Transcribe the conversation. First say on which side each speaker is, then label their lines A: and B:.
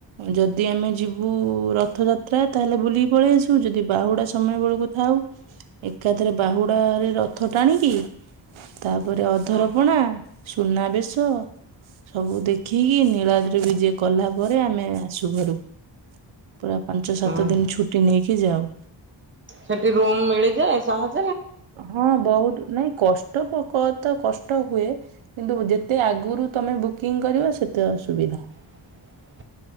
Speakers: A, on the right; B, on the right.
A: ଯଦି ଆମେ ଯିବୁ ରଥଯାତ୍ରା ତାହେଲେ ବୁଲିକି ପଳେଇ ଆସିବୁ ଯଦି ବାହୁଡା ସମୟ ବେଳକୁ ଥାଏ।
B: ହଁ।
A: ଏକାଥରେ ବାହୁଡାରେରେ ରଥ ଟାଣିକି ତାପରେ ଅଧରପଣା
B: ହଁ
A: ସୁନାବେେଶ ସବୁ ଦେଖି ଦେଖିକି ନୀଳାଦ୍ର ବିଜେ କଲା ପରେ ଆମେ ଆସୁ ଘାରୁ। ପୁରା ପାଞ୍ଚ ସାତ
B: ହଁ।
A: ଦିନ ଛୁଟି ନେଇକି ଯାଉ।
B: ସେଠି ରୁମ୍ ମିଳିଳେଯାଏ ସାହାଜ
A: ହଁ ବହୁତ ନାଇଁ କଷ୍ଟ। କ ତ କଷ୍ଟ ହୁଏ କିନ୍ତୁ ଯେତେ ଆଗରୁ ତମେ ବୁକିଂ କରିବ ସେତେ ଅସୁବିଧା।
B: <inaudible>